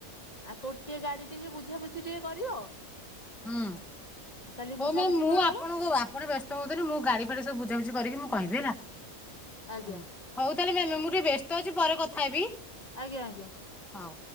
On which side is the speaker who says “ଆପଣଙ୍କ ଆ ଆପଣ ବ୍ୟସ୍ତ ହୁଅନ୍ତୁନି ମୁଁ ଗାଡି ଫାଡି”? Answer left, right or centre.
Centre